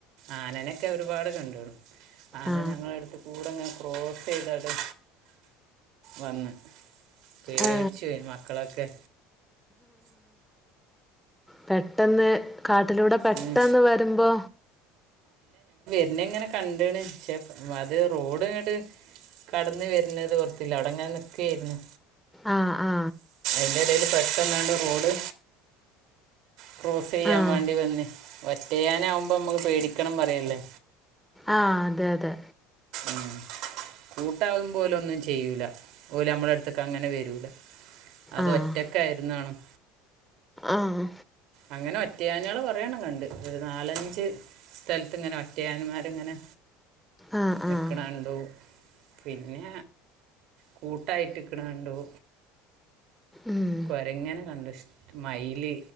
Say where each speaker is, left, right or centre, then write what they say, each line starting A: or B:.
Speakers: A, on the right; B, in the centre.
A: ആനനെക്കെ ഒരുപാട് കണ്ട്ണ്‌. ആന
B: ആ
A: ഞങ്ങളടുത്തുകൂടങ്ങ ക്രോസ്സെയ്‌താട്ട് വന്ന് പേടിച്ചു
B: ആ
A: പോയി മക്കളൊക്കെ
B: പെട്ടെന്ന് കാട്ടിലൂടെ പെട്ടെന്ന്
A: ഉം.
B: വരുമ്പോ
A: ഇന്നെങ്ങനെ കണ്ട്ണ്. പക്ഷെ അത് റോഡ്ങ്ങട്ട് കടന്ന് വര്നതോർത്തില. അവിടെങ്ങനെ നിക്കേര്ന്നു
B: ആഹ് ആ
A: ഇൻ്റെടേല് പെട്ടെന്നാണ്ട് റോഡ് ക്രോസ്സ് ചെയ്യാൻ
B: ആ
A: വേണ്ടി വന്ന് ഒറ്റയാനാവുമ്പോ ഇമ്മക്ക് പേടിക്കണം പറയല്ലേ
B: ആഹ് അതെ അതെ
A: ഉം. കൂട്ടാവുമ്പോ ഓല് ഒന്നും ചെയ്യൂല. ഓല് ഞമ്മളട്തക്കങ്ങനെ വരൂല. അത്
B: ആഹ്
A: ഒറ്റക്കായിരുന്നാണും
B: ആഹ്
A: അങ്ങനെ ഒറ്റയാനോളെ കൊറേയെണ്ണം കണ്ട്. ഒര് നാലഞ്ച് സ്ഥലത്ത്ങ്ങനെ ഒറ്റയാൻമാര്ങ്ങനെ
B: ആഹ്
A: നിക്ക്ണ
B: ആഹ്
A: കണ്ടു. പിന്നെ കൂട്ടായിട്ട് ഇക്ക്ണ കണ്ടു
B: ഉം
A: കൊരങ്ങനെ കണ്ടു ഇഷ്ടം. മയില്